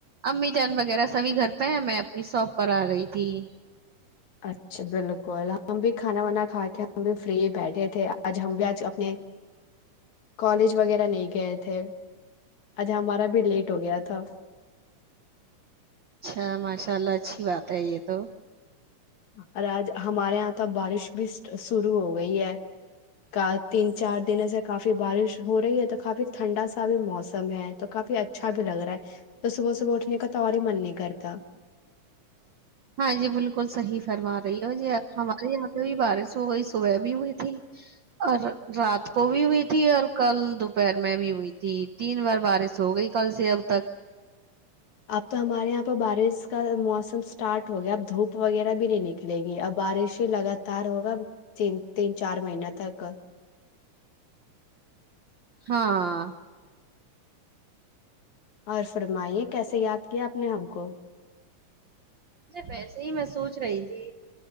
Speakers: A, on the right (about 70°); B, on the left (about 65°).
A: امی جان وغیرہ سبھی گھر پہ ہیں میں اپنی شاپ پر آ گئی تھی <unintelligible>
B: اچھا بالکل ہم بھی کھانا وانا کھا کے ہم بھی فری بیٹھے تھے آج ہم بھی آج اپنے کالج وغیرہ نہیں گئے تھے آج ہمارا بھی لیٹ ہو گیا تھا
A: اچھا ماشاء اللہ اچھی بات ہے <unintelligible> بتائی یہ تو <unintelligible>
B: اور آج ہمارے یہاں تو بارش بھی شرو ہو گئی ہے کا تین چار دن ای سےے کافی <unintelligible> بارش ہو رہی ہے تو کافی ٹھنڈا سا بھی موسم ہے تو کافی اچھا بھی لگ رہا ہے تو صبح صبح اٹھنے کا تو اور ہی من نہیں کرتا <unintelligible>
A: ہاں جی بول <unintelligible> بالکل صح فرما رہی ہے ہمارے یہاں پہ بھی بارش <unintelligible> ہو گئی صبح بھی ہوئی تھی اور رات کو بھی ہوئی تھی اور کل دوپہر میں بھی ہوئی تھی تین بار بارش ہو گئی کل سے اب تک <unintelligible>
B: اب تو ہمارے یہاں پہ بارش کا موسم اسٹارٹ ہو گیا اب دھوپ وغیرہ بھی نہیں نکلے گی اب بارش لگاتار ہوگا تین تین چار مہین تک
A: ہاں <unintelligible>
B: اور فرمائیے کیسے یاد کیا آپ نے ہم کو
A: مجھے ویسے ہی میں سوچ رہی تھی